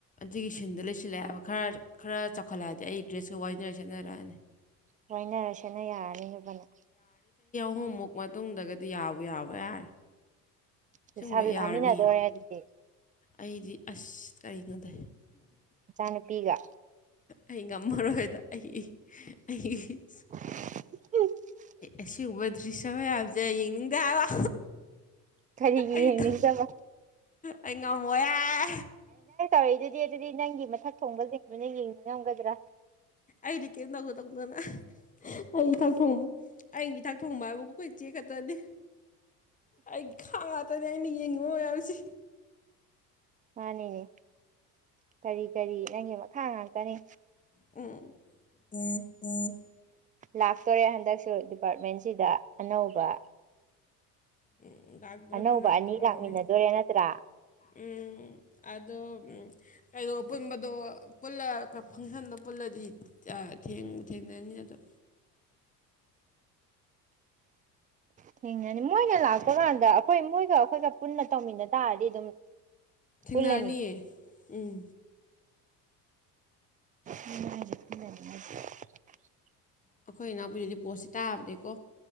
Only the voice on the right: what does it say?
ꯋꯥꯏꯅꯔ ꯁꯦꯠꯅ ꯌꯥꯔꯅꯤ ꯅꯕꯅꯤ
ꯂꯩꯁꯥꯕꯤ
ꯐꯥꯃꯤꯟꯅꯗꯣꯔꯦ ꯑꯗꯨꯗꯤ
ꯆꯥꯅꯨꯄꯤꯒ
ꯎ
ꯀꯔꯤꯒꯤ
ꯌꯦꯡꯅꯤꯡꯗꯕ
ꯐꯔꯦ ꯑꯗꯨꯗꯤ ꯑꯗꯨꯗꯤ ꯅꯪꯒꯤ ꯃꯊꯛ ꯊꯣꯡꯕꯁꯤꯡꯗꯨꯅ ꯌꯦꯡꯅꯤꯡꯉꯝꯒꯗ꯭ꯔꯥ
ꯃꯥꯅꯤꯅꯦ ꯀꯔꯤ ꯀꯔꯤ ꯅꯪꯒꯤ ꯃꯈꯥ ꯉꯥꯛꯇꯅꯤ
ꯂꯥꯛꯇꯣꯔꯦ ꯍꯟꯗꯛꯁꯨ ꯗꯤꯄꯥꯔꯠꯃꯦꯟꯁꯤꯗ ꯑꯅꯧꯕ
ꯑꯅꯧꯕ
ꯑꯅꯤ ꯂꯥꯛꯃꯤꯟꯅꯗꯣꯏꯔꯦ ꯅꯠꯇ꯭ꯔꯥ
ꯊꯦꯡꯅꯅꯤ ꯃꯣꯏꯅ ꯂꯥꯛꯄ ꯀꯥꯟꯗ ꯑꯩꯈꯣꯏ ꯃꯣꯏꯒ ꯑꯩꯈꯣꯏꯒ ꯄꯨꯟꯅ ꯇꯧꯃꯤꯟꯅ ꯇꯥꯔꯗꯤ ꯑꯗꯨꯝ
ꯄꯨꯜꯂꯅꯤ
ꯑꯗꯨꯅꯦ ꯍꯥꯏꯁꯦ <unintelligible>